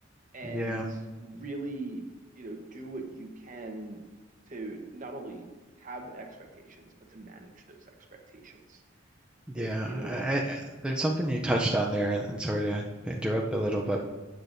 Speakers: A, on the right; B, in the centre.
A: and
B: Yeah,
A: really, you know, do what you can to not only have expectations, but to manage those expectations that
B: yeah.
A: you know
B: I, I, I- there's something you touched on there, and, and sorry to, to interrupt a little, but